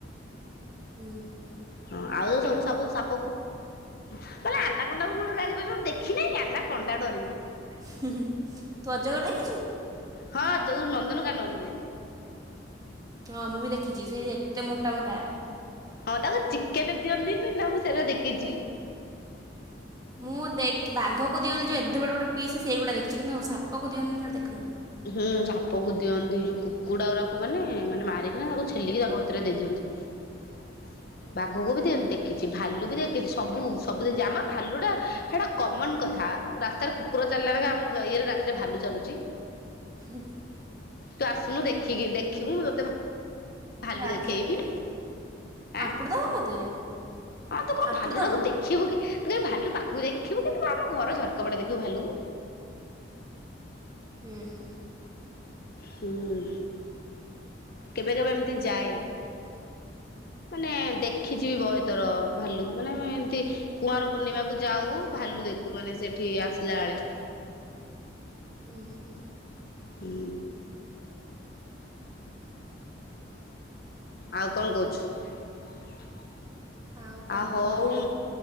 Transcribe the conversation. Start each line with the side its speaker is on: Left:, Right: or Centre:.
Right: ହୁଁ ହୁଁ।
Left: ହଁ ଆଉ ଯଉ ସବୁ ସାପ ସାପକୁ ଁହେ ଆନାକଣ୍ଡା କୁ ମୂଳୁରୁ ଆଜି ପର୍ଯ୍ୟନ୍ତ ଦେଖିିନହିଁ ଆନା କଣ୍ଡା ଡରିବି।
Right: ହୁଁୁଁ ତୁ ଅଜଗର ଦେଖିଛୁ?
Left: ହଁ ଯଉ ନନ୍ଦନକାନରେ।
Right: ହଁ ମୁଁ ବି ଦେଖିଚି, ସେ ଏତେ ମୋଟା ମୋଟା।
Left: ହଁ ତାକୁ ଚିକେଟ ଦିଅନ୍ତିନି ନା, ମୁଁ ସେଇଟା ଦେଖିଚି।
Right: ମୁଁ ଦେଖି ବାଘକୁ ଦିଅନ୍ତି ଯେଉଁ ଏତେ ବଡ଼ ବଡ଼ ପିସ୍ ସେଇଗୁଡ଼ା ଦେଖିଛି କିନ୍ତୁ ସାପକୁ ଦିଅନ୍ତିନି ସେଇଟା ଦେଖିନି।
Left: ହୁଁ ସାପକୁ ଦିଅନ୍ତି, ଯଉ କୁକୁଡ଼ା ଗୁଡ଼ାକୁ ମାନେ, ମାନେ ମାରିକିନା ତାକୁ ଛେଲିକି ତାକ ଅତିରେ ଦେଇ ଦିଅନ୍ତି। <unintelligible> ବାଘକୁ ବି ଦିଅନ୍ତି ଦେଖିଚି, ଭାଲୁ ବି ଦିଅନ୍ତି ଦେଖିଚି, ସବୁ ସବୁ ଦେଖିଚି, ଆମ ଭାଲୁଟା ହେଇଟା କମନ କଥା, ରାସ୍ତାରେ କୁକୁର ଚାଲିଲା ନାଖେ ଆମ ଇଏରେ ରାତିରେ ଭାଲୁ ଚାଲୁଚି।
Right: ହୁଁ ହୁଁ।
Left: ତୁ ଆସୁନୁ ଦେଖିକି ଦେଖିବୁ, ତତେ ଭା
Right: ଉଁ,
Left: ଭାଲୁ
Right: ରାତିରେ
Left: ଦେଖେଇବି। ଆଁ
Right: ଆମ୍ପୁଡ଼ି ଦବ ମତେ,
Left: ହଁ
Right: ଆମ୍ପୁଡ଼ି
Left: ତୁ
Right: ଦବ।
Left: ତାକୁ ଦେଖିବୁ କି ତୁ କାଇଁ ଭାଲୁ ପାଖକୁ ଯାଇକି ଦେଖିବୁ କି? ତୁ ପା ଆମ ଘର ଝରକା ପଟେ ଦେଖିବୁ ଭାଲୁକୁ।
Right: ହୁଁ ହୁଁ
Left: ହୁଁ, କେବେ କେବେ ଏମ୍ ତି ଯାଏ। ମାନେ ଦେଖିଚି ବି ବହେଥର ଭାଲୁ, ମାନେ ଆମେ ଏମତି କୁଆର ପୂର୍ଣ୍ଣିମା କୁ ଯାଉ, ଭାଲୁ ଦେଖୁ ମାନେ ସେଠି ଆସିଲା ବେଳେ।
Right: ହୁଁ ହୁଁ।
Left: ହୁଁ ଆଉ କଣ କହୁଛୁ?
Right: ଆଉ କ'ଣ
Left: ଆ ହଉ
Right: କହିବି